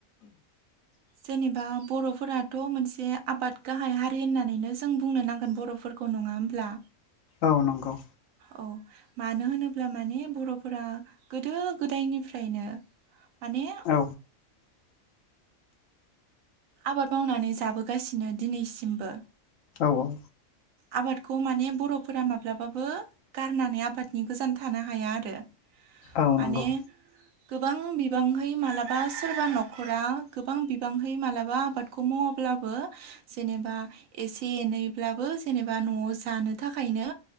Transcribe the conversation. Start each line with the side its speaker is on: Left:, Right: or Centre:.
Right: जेनेबा बर' बर'फोराथ' मोनसे आबाद गाहाय हारि होननानैनो जों बुंनो नांगोन बर'फोरखौ नङा होमब्ला।
Left: औ नंगौ।
Right: औ मानो होनोब्ला माने बर'फोरा गोदो गोदायनिफ्रायनो माने।
Left: औ
Right: आबाद मावनानै जाबोगासिनो दिनैसिमबो।
Left: औ औ।
Right: आबादखौ माने बर'फोरा माब्लाबाबो गारनानै आबादनि गोजान थानो हाया आरो।
Left: औ
Right: माने
Left: नंगौ।
Right: गोबां बिबांहै मालाबा सोरबा न'खरा गोबां बिबांहै मालाबा आबादखौ मावाब्ला। ब्लाबो जेनेबा एसे एनै ब्लाबो। जेनेबा न'आव जानो थाखायनो